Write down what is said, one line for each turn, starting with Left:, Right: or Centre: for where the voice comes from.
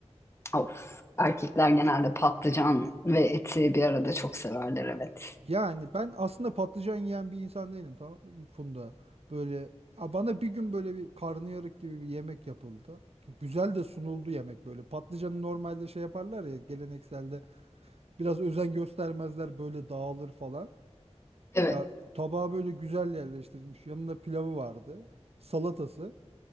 Left: of, erkekler genelde patlıcan ve eti bir arada çok severler, evet.
Right: Yani ben aslında patlıcan yiyen bir insan değilim tamam mı Funda. Böyle a, bana bir gün böyle bir karnıyarık gibi bir yemek yapıldı. Ki Güzel de sunuldu yemek böyle. Patlıcanı normalde şey yaparlar ya gelenekselde biraz özen göstermezler böyle dağılır falan.
Left: Evet.
Right: Ya tabağa böyle güzel yerleştirilmiş. Yanında pilavı vardı. Salatası.